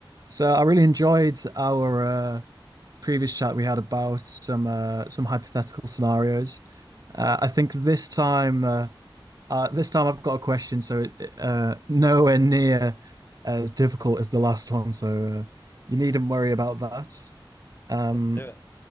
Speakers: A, on the right; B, on the left.
A: So I really enjoyed our uh, previous chat we had about some uh, some hypothetical scenarios. Uh, I think this time, uh, uh, this time I've got a question, so it, it, uh, nowhere near as difficult as the last one. So uh, you needn't worry about that. Um,
B: Let's do it.